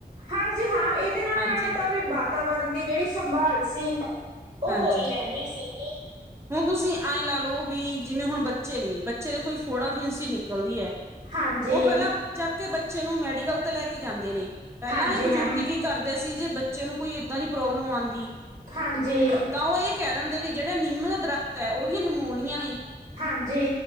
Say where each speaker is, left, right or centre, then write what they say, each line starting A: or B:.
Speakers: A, on the right (about 55°); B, on the right (about 15°).
A: ਹਾਂਜੀ ਹਾਂ, ਇਹਦੇ ਨਾਲ
B: ਹਾਂਜੀ
A: -ਨਾਲ ਇਹ ਤਾਂ ਵੀ ਵਾਤਾਵਰਨ ਦੀ ਜਿਹੜੀ ਸੰਭਾਲ ਸੀ ਉਹ
B: ਹਾਂਜੀ।
A: ਹੋਈ ਰਹਿੰਦੀ ਸੀਗੀ।
B: ਹੁਣ ਤੁਸੀਂ ਐਂ ਲਾ ਲਓ ਬਈ, ਜਿਵੇਂ ਹੁਣ ਬੱਚੇ ਨੇ, ਬੱਚੇ ਦੇ ਕੋਈ ਫੋੜਾ ਫਿਨਸੀ ਨਿਕਲਦੀ ਹੈ।
A: ਹਾਂਜੀ,
B: ਉਹ ਪਹਿਲਾਂ ਚੱਕ ਕੇ ਬੱਚੇ ਨੂੰ ਮੈਡੀਕਲ ਤੇ ਲੈ ਕੇ ਜਾਂਦੇ ਨੇ, ਪਹਿਲਾਂ
A: ਹਾਂਜੀ
B: ਆਲੇ ਬਜ਼ੁਰਗ
A: ਮੈਮ,
B: ਕੀ ਕਰਦੇ ਸੀ, ਜੇ ਬੱਚੇ ਨੂੰ ਕੋਈ ਏਦਾਂ ਦੀ ਪ੍ਰੋਬਲਮ ਆਉਂਦੀ
A: ਹਾਂਜੀ।
B: ਤਾਂ ਉਹ ਇਹ ਕਹਿ ਦਿੰਦੇ, ਵੀ ਜਿਹੜਾ ਨਿੰਮ ਦਾ ਦਰਖਤ ਹੈ ਉਹਦੀਆਂ ਨਮੋਲੀਆਂ ਨੇ
A: ਹਾਂਜੀ।